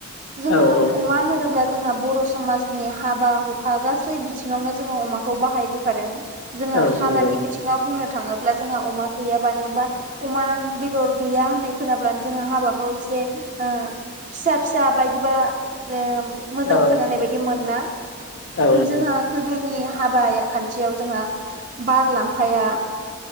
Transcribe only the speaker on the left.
औ औ
औ
नंगौ
औ
नंगौ औ